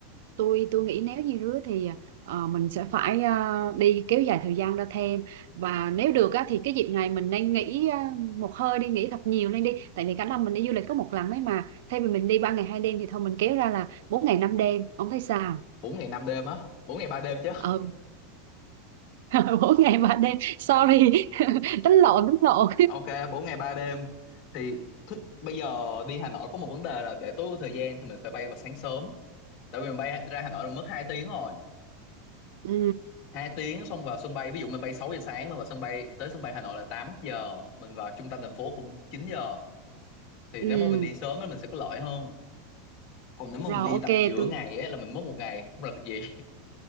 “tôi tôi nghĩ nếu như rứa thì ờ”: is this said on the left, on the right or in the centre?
Right